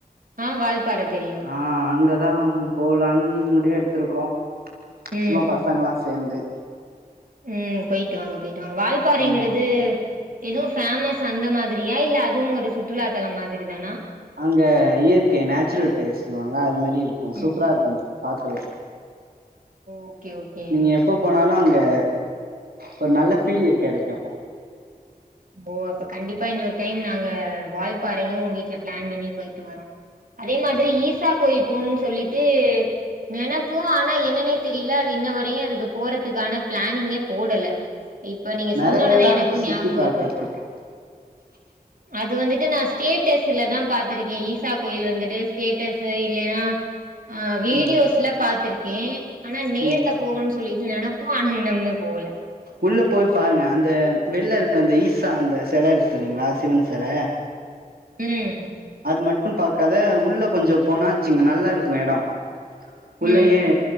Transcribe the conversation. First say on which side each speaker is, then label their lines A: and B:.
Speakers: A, on the right; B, on the right.
A: ஆ வால்பாற தெரியும்.
B: ஆ அங்க தா போலான்னு முடிவு எடுத்திருக்கோ
A: ம்,
B: சும்மா பசங்களா சேந்து
A: ம் போயிட்டு வாங்க போய்ட்டு வாங்க வால்பாறைங்கிறது
B: ஆமா ஆமா
A: எதுவு ஃபேமஸ் அந்த மாதிரியா இல்ல அதுவும் ஒரு சுற்றுலாத்தலம் மாதிரி தானா
B: அங்க இயற்கை நேச்சுரல் ப்ளேஸ் சொல்லுவாங்கலா அது மாரி இருக்கு சூப்பரா
A: ம்
B: இருக்கு பாக்கவே
A: ஓகே ஓகே
B: நீங்க எப்ப போனாலு அங் க ஒரு நல்ல ஃபீல் கெடைக்கு
A: ஓ அப்ப கண்டிப்பா இன்னொரு டைம் நாங்க வால்பறையும் வீட்ல பிளான் பண்ணி போயிட்டு வரோம் அதே மாதிரி ஈசா கோயில் போனு சொல்லிட்டு நெனைப்போ ஆனா என்னன்னே தெரியல அது இன்ன வரையும் அதுக்கு போறதுக்கான பிளானிங்கே போடல இப்ப நீங்க
B: நெறைய
A: சொன்ன ஒடனே
B: எடோ
A: எனக்கு
B: இருக்கு
A: ஞாபகம் வரு
B: <unintelligible>
A: அது வந்துட்டு நா ஸ்டேட்டஸ்லதா பாத்திருக்கே ஈசா கோயில் வந்துட்டு ஸ்டேட்டஸ் இல்லைன்னா ஆ வீடியோஸ்ல
B: ம்
A: பாத்திருக் கே ஆனா நேர்ல
B: ம் ம்
A: போகன்னு சொல்லிட்டு நெனப்போ ஆனா இன்னமுமே போவுல
B: உள்ள போய் பாருங்க அந்த வெள்ள இருக்கு அந்த ஈசா அந்த செல இருக்கு பாத்திங்களா அந்த சிவன் செல
A: ம்
B: அது மட்டும் பாக்காத உள்ள கொஞ்சம் போனாச்சுங்க நல்லா இருக்கும் இடம்
A: ம்.
B: உள்ளல்லயே